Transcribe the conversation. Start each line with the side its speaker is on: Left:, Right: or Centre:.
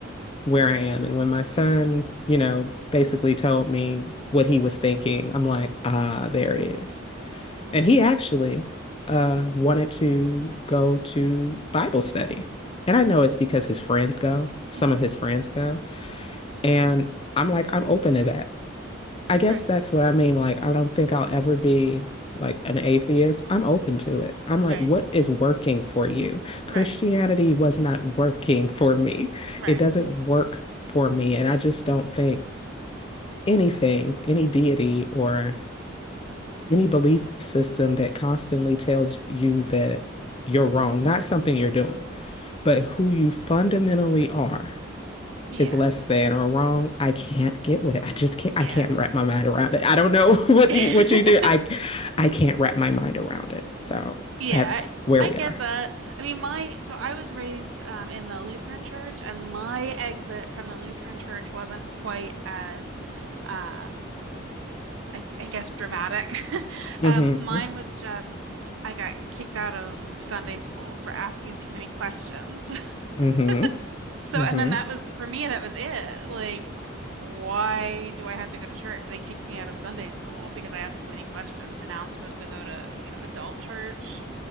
Left: where I am. And when my son, you know, basically told me what he was thinking, I'm like, ah, there it is.
Right: Mhm.
Left: And he actually uh, wanted to go to Bible study. And I know it's because his friends go, some
Right: Mhm.
Left: of his friends go. And I'm like, I'm open to that. I guess
Right: Right.
Left: that's what I mean. Like, I don't think I'll ever be like an atheist. I'm open
Right: Mhm.
Left: to it. I'm
Right: Right.
Left: like, what is working for you?
Right: Right.
Left: Christianity was not working for me.
Right: Right.
Left: It doesn't work for me. And I just don't think anything, any deity or any belief system that constantly tells you that you're wrong, not something you're doing, but
Right: Mhm.
Left: who you fundamentally are
Right: Yeah.
Left: is less than or wrong, I can't get with it. I just can't.
Right: Yeah.
Left: I can't wrap my mind around it. I don't know <laughs> what
Right: <laughs>
Left: you, what you do. I I can't wrap my mind around it. So
Right: Yeah,
Left: that's where
Right: I,
Left: we
Right: I get
Left: are.
Right: that. I mean, my so I was raised um, in the Lutheran church, and my exit from the Lutheran church wasn't quite as, um, I, I guess, dramatic. <laughs>
Left: hmm
Right: Um, mine was just I got kicked out of Sunday school for asking too many questions.
Left: hmm
Right: <laughs> So,
Left: hmm
Right: and then that was for me, that was it. Like, why do I have to go to church? They kicked me out of Sunday school because I asked too many questions. So now I'm supposed to go to, you know, adult church.